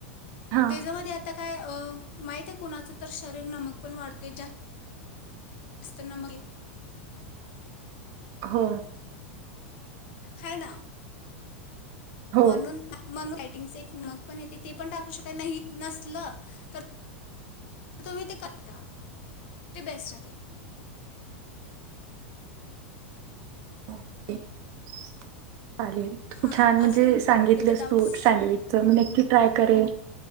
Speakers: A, on the right (about 50°); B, on the left (about 60°).
A: हा
B: त्याच्यामध्ये आता काय माहिते कुणाच तर शरीर नमक पण वाढते. जास्त <unintelligible>
A: हो
B: हना.
A: हो
B: पणून प मन रायटिंग एक मग पण येते ते पण टाकू शक नाही नसल तर तुम्ही ते का ते बेस्ट
A: ओके चाले खूप
B: हां
A: छान म्हणजे
B: अजून
A: सांगितलंस
B: कुठले तर डाऊट्स
A: तू सँडविचच म्हणज ट्राय करे